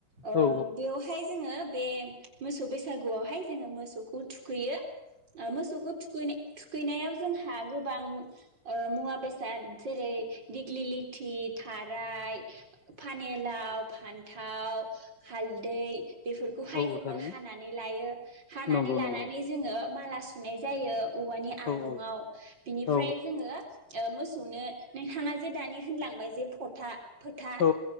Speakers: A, on the right; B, on the left.
A: ओ
B: औ
A: बेयाव हाय जोङो बे मोसौ बैसागुआवहाय जोङो मोसौखौ थुखैयो । ओ मोसौखौ थुखैनाय नाय थुखैनायाव जोंहा गोबां ओ मुवा बेसाद जेरै दिग्लिलिथि थाराइ, फानेलाव, फान्थाव, हाल दै बेफोरखौहाय
B: औ
A: जोङो हानानै लायो हानानै
B: नंगौ
A: लानानै
B: नंगौ
A: जोङो माला सुनाय जायो औवानि आरुंआव
B: औ औ
A: बिनिफ्राय
B: औ
A: जोङो ओ मोसौनो नोंथाङाजे दानि होनलांबाय जे फथा फोथा
B: औ